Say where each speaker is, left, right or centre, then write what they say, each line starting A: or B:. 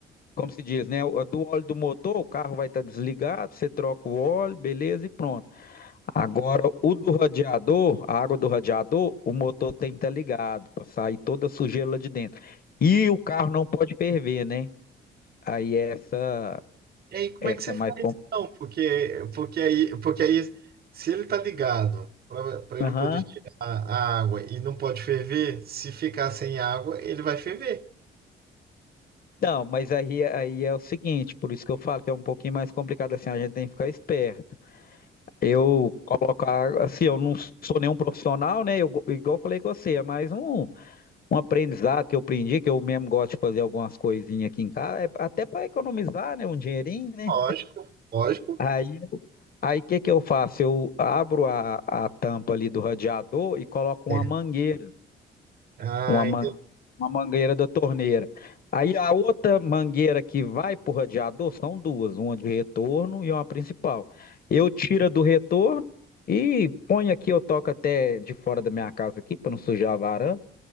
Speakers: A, on the left; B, on the right.
A: como se diz, né, o- do óleo do motor, o carro vai estar desligado, você troca o óleo, beleza, e pronto. Agora, o do radiador, a água do radiador, o motor tem que estar ligado, para sair toda a sujeira lá de dentro. E o carro não pode ferver, né? Aí essa
B: E aí, como
A: Essa
B: é que você
A: é mais
B: faz então? Porque, porque aí, porque aí, se ele tá ligado para
A: complicada.
B: ele poder tirar a água e não pode ferver, se ficar sem água, ele vai ferver.
A: Não, mas aí, aí é o seguinte, por isso que eu falo que é um pouquinho mais complicado assim, a gente tem que ficar esperto. Eu colocar, assim, eu não sou nenhum profissional, né? Eu, igual eu falei com você, é mais um, um aprendizado que eu aprendi, que eu mesmo gosto de fazer algumas coisinhas aqui em casa, é até para economizar, né? Um dinheirinho, né?
B: Lógico, lógico.
A: Aí Aí o que que eu faço? Eu abro a, a tampa ali do radiador e coloco
B: É.
A: uma mangueira.
B: Ah,
A: uma, man-
B: entendi.
A: uma mangueira da torneira. Aí a outra mangueira que vai para o radiador são duas, uma de retorno e uma principal. Eu tiro a do retorno e ponho aqui, eu toco até de fora da minha casa aqui para não sujar a varanda,